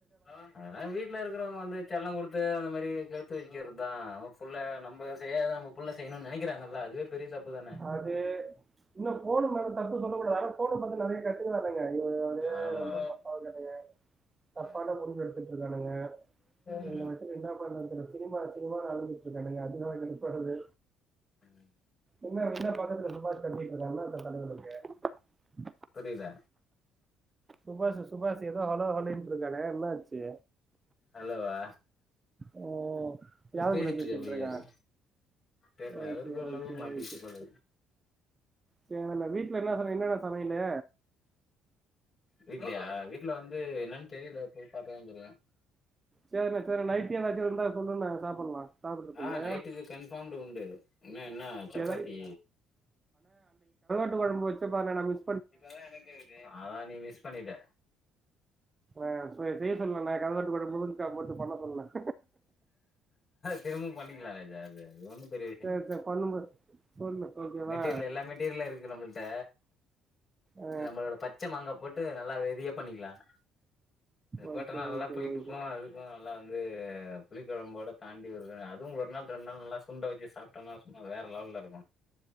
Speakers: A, on the left; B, on the right.
A: ஆ அததா வீட்ல இருக்குறவுங்க வந்து செல்லங்குடுத்து அந்த மாரி கெடுத்து வக்கிறத்தா நம்ப ஃபுள்ள நம்ப செய்யாத நம்ம புள்ள செய்யணுன் நெனக்கிறாங்கல்ல அதுவே பெரிய தப்பு தான
B: அது இன்னு ஃபோனு மேல தப்பு சொல்ல கூடாது அதா ஃபோன பத்தி நெறய க <unintelligible> <unintelligible>
A: ஆமா
B: ரொம்ப தப்பா இருக்கானுங்க தப்பான
A: ஆ
B: முடிவு எடுத்துட்ருக்கானுங்க
A: ம்
B: எங்க <unintelligible> என்ன பண்ண <unintelligible> <unintelligible> அழுதிட்ருக்கானுக அதனால. படுது
A: ம்.
B: என்ன என்ன பத்தத்துல சுபாஷ் கண்டிட்டு இருக்காங்க. <unintelligible>
A: புரியல.
B: சுபாஷ். சுபாஷ் ஏதோ ஹலோ ஹலின் சொல்லு <unintelligible> என்ன ஆச்சு.
A: அலோவா.
B: அஹ யாருகூட
A: பேசிட்ருக்காப்டி
B: பேசிட்டு இருக்கா
A: இவரு தெர்ல
B: ஓகே
A: அவருக்கு ஒரு
B: ஓகே
A: லவ் மாட்டிக்கிச்சு
B: ஓகே.
A: போல
B: சேரினா வீட்டுல என்ன என்னண்ண சமையலு.
A: வீட்லயா வீட்ல வந் து என்னன்னு தெரியல போய் பாத்தாதா தெரியூ
B: சேரினா சேரி நைட்டி எதாச்சு இருந்தா. சொல்லுண்ணே சாப்புட்லா சாப்புட்றதுக்கு
A: ஆஹ் நைட்டுக்கு கன்ஃபார்ம்டு உண்டு இன்ன என்ன சப்பாத்தி
B: எதை முட்டை கொழம்பு வச்சு பாருண்ண.
A: இப்பதான் எனக்கு இருக்கு அதான் நீ மிஸ் பண்ணிட்ட.
B: ஆஹ செய்ய சொல்லுண்ண கருவாட்டு குழம்பு. <unintelligible> போட்டு பண்ண சொல்லுண்ண
A: திரும்பவு பண்ணிக்கலா ராஜா அ அது ஒண்ணூ. பெரிய விஷயம்.
B: சரி சரி பண்ணும்போது சொல்லு ஓகேவா
A: மெட்டீரியல் எல்லா மெட்டீரியலும் இருக்கு நம்மள்ட்ட
B: ஆ,
A: நம்மளோட பச்ச மாங்கா போட்டு நல்லா வெறியா பண்ணிக்கலாம். இது போட்டோனா
B: ஓகே
A: நல்லா
B: ஓகே
A: புளிப்புக்கும்
B: ஓகே
A: அதுக்கும் நல்லா வந்து புளிக்கொழம்போட தாண்டி ஒரு அதுவூ ஒரு நாள் ரெண்டு நாள் நல்லா சுண்ட வெச்சு சாப்பிட்டம்னா சும்மா வேற ளெவல்ல இருக்கூ.